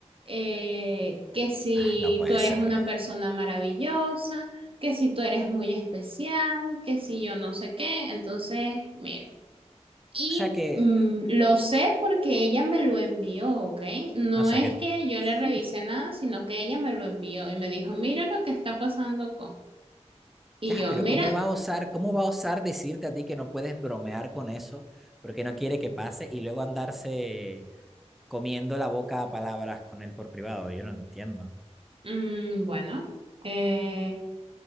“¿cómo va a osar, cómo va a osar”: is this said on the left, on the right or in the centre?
Centre